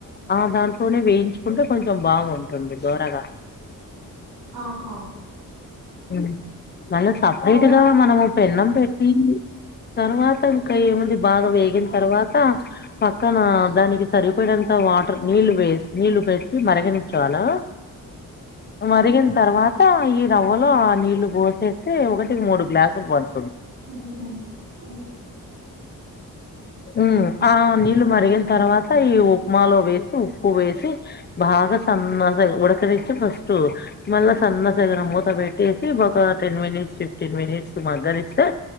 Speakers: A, on the left; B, on the right.
A: ఆ అ దాంట్లోనే వేయించ్ కుంటే కొంచెం బాగుంటుంది దోరగా
B: ఆహా
A: ఉ మళ్ళ సపరేట్
B: తర్వాత
A: గా మనము పెన్నం పెట్టి తర్వా క ఏముంది బాగ వే వేగిన్ తర్వాత, పక్కన దానికి సరిపోయినంత వాటర్ నీళ్లు వేస్ నీళ్లు పెట్టి మ మరగనిచే వాళ్ళు, మరిగిన తరువాత ఈ రవ్వ లో ఆ నీళ్లు పోసేసి ఒకటికి మూడు గ్లాసులు పడ్
B: కొండిగా ఏ
A: ఉ ఆ నీళ్ళు మరిగిన తర్వాత, ఈ ఉప్మాలో వేసి, ఉప్పు వేసి బా గ సన్న స ఉడకనిచ్చి ఫస్ట్ మళ్ళ సన్న సైజ్ ల మూత పెట్ ట్టేసి ఒక టెన్ మినిట్స్ ఫిఫ్టీన్ మినిట్స్ మగ్గనిస్తే